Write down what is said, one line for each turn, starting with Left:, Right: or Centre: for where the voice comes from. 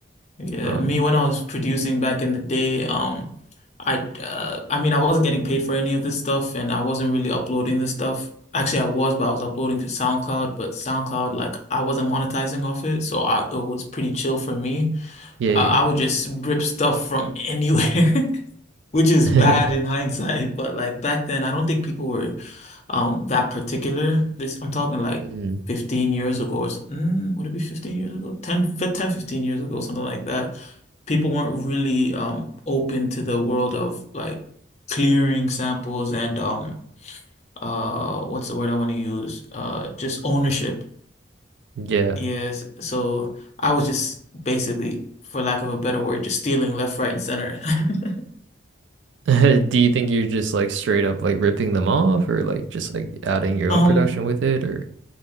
Left: Yeah,
Right: um,
Left: me when I was producing back in the day, um, I uh, I mean I wasn't getting paid for any of this stuff, and I wasn't really uploading this stuff. Actually, I was, but I was uploading to SoundCloud, but SoundCloud like I wasn't monetizing off it, so I it was pretty chill for me.
Right: yeah,
Left: Uh, I
Right: yeah,
Left: would just rip stuff from anywhere, <laughs> which is bad
Right: yeah.
Left: in hindsight. <laughs> But like back then, I don't think people were um that particular. This I'm talking
Right: <laughs>
Left: like
Right: Mhm.
Left: 15 years ago or something. Would it be 15 years ago? 10, fi- 10, fifteen years ago, something like that. People weren't really um open to the world of like clearing samples and um uh what's the word I want to use? Uh just ownership
Right: Yeah.
Left: Yes, so I was just basically, for lack of a better word, just stealing left, right, and center. <laughs>
Right: <laughs> Do you think you're just like straight up like ripping them off, or like just like adding your
Left: Um,
Right: own production with it, or